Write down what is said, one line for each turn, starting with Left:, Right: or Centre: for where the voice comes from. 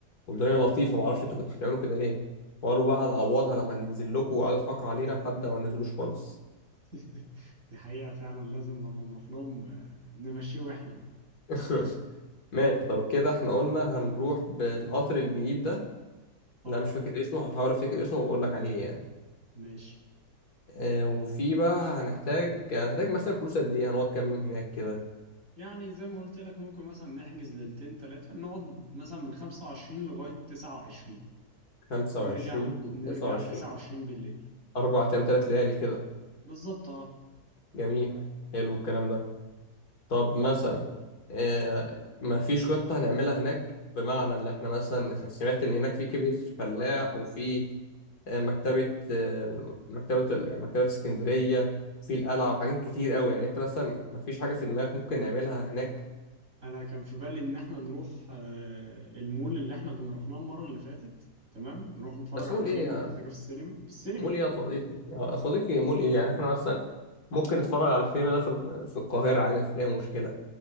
Left: والدنيا لطيفه ما اعرفش انتوا كنتوا بتعملوا كده ليه وقالوا بقى هنعوضها لما ننزل لكم وقعدوا يضحكوا علينا لحد ما ننزلوش خالص
Right: <laughs> دي حقيقة فعلا لازم لما نروح لهم آه، نمشيهم احنا بقى
Left: <laughs> ماشي طب كده احنا قلنا هنروح بالقطر الجديد ده
Right: اه
Left: لا مش فاكر اسمه هحاول افتكر اسمه واقول لك عليه يعني
Right: ماشي
Left: اه وفي بقى هنحتاج هنحتاج مثلا فلوس قد ايه هنقعد كام يوم هناك كده
Right: يعني زي ما قلت لك ممكن مثلا نحجز ليلتين تلاتة نقعد مثلا من خمسة وعشرين لغاية تسعة وعشرين
Left: 25
Right: نرجع نرجع
Left: 29
Right: تسعة وعشرين بالليل
Left: أربع أيام تلات ليالي كده
Right: بالظبط اه
Left: جميل حلو الكلام ده طب مثلا آه ما فيش خطة هنعملها هناك بمعنى اللي احنا مثلا سمعت إن هناك في كبدة الفلاح وفي آه مكتبة آه مكتبة ال- مكتبة اسكندرية في القلعة وحاجات كتير قوي يعني أنت مثلا ما فيش حاجة في دماغك ممكن نعملها هناك
Right: أنا كان في بالي إن احنا نروح آه، المول اللي احنا كنا رحناه المرة اللي فاتت تمام نروح نتفرج
Left: بس
Right: على
Left: مول
Right: فيلم
Left: إيه
Right: ولا حاجة في السينما في السينما
Left: مول إيه يا صديقي يا صديقي مول إيه يعني احنا مثلا ممكن نتفرج على الفيلم ده في الق- في القاهرة عادي مفيش أي مشكلة